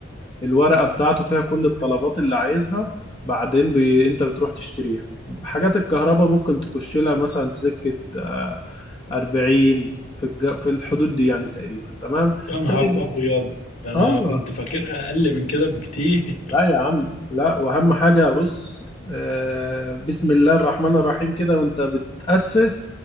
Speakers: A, on the left; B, on the left.
A: الورقه بتاعته فيها كل الطلبات اللي عايزها بعدين بي... انت بتروح تشتريها حاجات الكهرباء ممكن تخش لها مثلا في سكه آه، 40 في الج... في الحدود دي يعني تقريبا تمام
B: يا نهار
A: تاني
B: ابيض ده انا
A: آه.
B: كنت فاكرها اقل من كده بكتير
A: لا يا عم لا واهم حاجه بص آه بسم الله الرحمن الرحيم كده وانت بتاسس